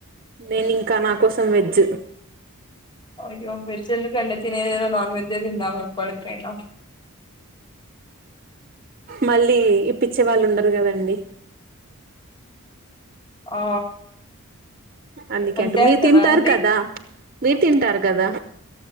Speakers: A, on the right; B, on the left.
A: నేను ఇంకా నా కోసం వెజ్
B: అయ్యో వెజెందుకండి తినేదేదో నాన్వెజ్ ఎ తిందా ఎప్పుడికైన
A: మళ్ళీ ఇప్పించే వాళ్లుండరు కదండి
B: ఆ
A: అందుకే
B: అంతే
A: అంట మీరు
B: అంటారా
A: తింటారు
B: అండి
A: కదా మీరు తింటారు కదా